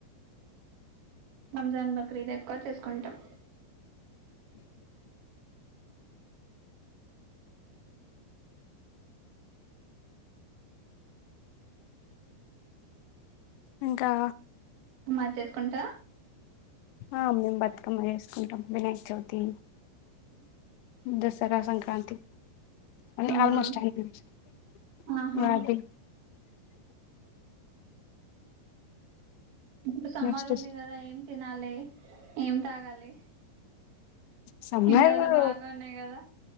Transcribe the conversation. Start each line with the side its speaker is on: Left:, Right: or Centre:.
Right: రంజాన్, బక్రీదె క్కువ చేసుకుంటం.
Left: ఇంకా
Right: మా చేసుకుంటా
Left: ఆ మేమ్ బత్త్కమ్మ ఏసుకుంటం, వినయక్ చవితి దసరా, సంక్రాం తి అండి,
Right: అవునా
Left: ఆల్మోస్ట్ <inaudible>
Right: ఆహా
Left: వాతి
Right: ఇడు సమ్మర్
Left: నెక్స్ట్
Right: ఉంది కదా ఏం తినాల్లే ఏం తాగాలి.
Left: సమ్మయో,
Right: ఎండలు బాగా ఉన్నాయి కదా